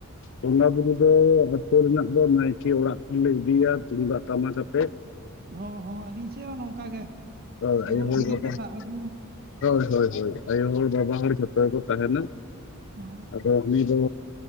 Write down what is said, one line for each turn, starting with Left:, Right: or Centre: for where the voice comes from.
Left: ᱵᱚᱸᱜᱟ-ᱵᱩᱨᱩ ᱫᱚ, ᱟᱹᱛᱩ ᱨᱮᱱᱟᱜ ᱫᱚ ᱱᱟᱭᱠᱮ ᱚᱲᱟᱜ ᱛᱮᱞᱮ ᱤᱫᱤᱭᱟ ᱛᱩᱱᱫᱟᱜ, ᱴᱟᱢᱟ ᱠᱟᱛᱮᱜ᱾
Right: ᱦᱚᱸ, ᱦᱚᱸ, ᱟᱹᱞᱤᱧ ᱥᱮᱜ ᱦᱚᱸ ᱱᱚᱝᱠᱟ ᱜᱮ,
Left: ᱦᱳᱭ
Right: ᱥᱟᱹᱜᱩᱱ
Left: ᱟᱭᱳ ᱦᱚᱲ
Right: ᱴᱷᱤᱞᱤ
Left: ᱵᱟᱵᱟ
Right: ᱛᱮ ᱫᱟᱜ ᱟᱹᱜᱩ
Left: ᱦᱳᱭ, ᱦᱳᱭ, ᱦᱳᱭ, ᱟᱭᱳ ᱦᱚᱲ, ᱵᱟᱵᱟ ᱦᱚᱲ ᱡᱷᱚᱛᱚ ᱜᱮᱠᱚ ᱛᱟᱦᱮᱱᱟ᱾
Right: ᱚᱸ ᱦᱚᱸ᱾
Left: ᱟᱫᱚ, ᱩᱱᱤ ᱫᱚ